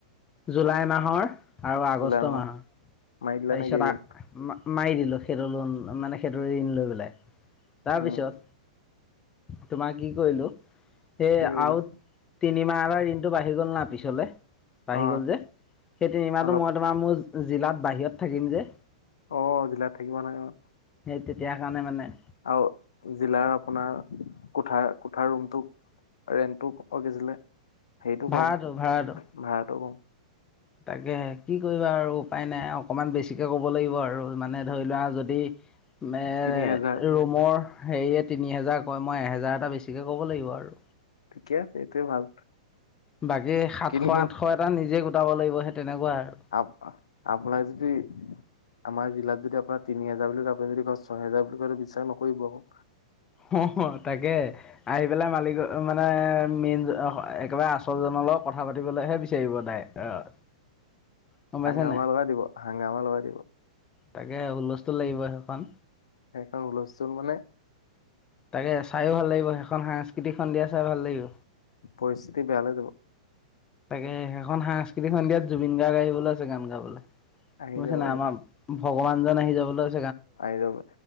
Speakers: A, on the left; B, on the left.
A: জুলাই মাহৰ, আৰু আগষ্ট
B: গোলাম
A: মাহৰ,
B: মাৰি দিলা
A: তাৰপিছত
B: নেকি ঋণ
A: আ মাৰি দিলো, খেইটোৰ লোন, মানে সেইটোৰ ঋণ লৈ পেলাই
B: উম
A: তাৰপিছত তোমাৰ কি কৰিলো, সে
B: কি কৰিলা
A: আৰু তিনিমাহ এটা ঋণটো বাঢ়ি গ'ল ন। পিছলে, বাঢ়ি
B: অ
A: গ'ল যে, সেই তিনিমাহটো
B: অলপ
A: মই তোমাৰ মোৰ জিলাত বাহিৰত থাকিম যে।
B: অ, জিলাত থাকিবা নহয় অ।
A: তেতিয়াৰ কাৰণে মানে।
B: আৰু জিলাৰ আপোনাৰ কোঠা, কোঠাৰ ৰুমটোক। ৰেণ্টো কম আছিলে, সেইটো
A: ভাড়াটো
B: কম,
A: ভাড়াটো
B: ভাড়াটো কম।
A: তাকেহে, কি কৰিবা আৰু উপায় নাই আউ, অকমান বেছিকে কব লাগিব আৰু। মানে ধৰি লোৱা যদি, মে ৰুমৰ।
B: তিনি হেজাৰ
A: হেৰিয়ে তিনি হেজাৰ কয়, মই এহেজাৰ এটা বেছিকে ক'ব লাগিব আৰু।
B: ঠিকে আছে এইটোয়ে ভাল।
A: বাকী সাতশ,
B: কিন্তু
A: আঠশ এটা নিজে গোটাব লাগিব সেই তেনেকুৱা আৰু।
B: আ, আপোনাক যদি আমাৰ জিলাত যদি আপোনাৰ তিনি হাজাৰ বুলি কয়, আপুনি যদি কয় ছহেজাৰ বুলি কয়, সেইটো বিশ্বাস নকৰিব আকৌ।
A: হ, হ তাকে, আহি পেলাই মালিক মানে মেইন, একেবাৰে আচলজনৰ লগত কথা পাতিবলৈহে বিচাৰিব। নাই, অ'। গম পাইছে
B: হাংগামা
A: নাই
B: লগাই দিব, হাংগামা লগাই দিব।
A: তাকে <unintelligible> লাগিব হেঁপাহ।
B: সেইকাৰণ হুলস্থুল মানে।
A: তাকে চাইো ভাল লাগিব সেইখন সাংস্তি সন্ধিয়া চাই ভাল লাগিব।
B: পৰিস্থিতি বেয়া লাগিব।
A: তাকে, সেইখন সাংস্কৃতিক সন্ধিয়াত জুবিন গাৰ্গ আহিবলৈ আছে গান গাবলৈুছে।
B: আহি যাব
A: নাই আমাৰ ভগৱান জ আহি যাবলৈ আছে।
B: আয়ে হৈ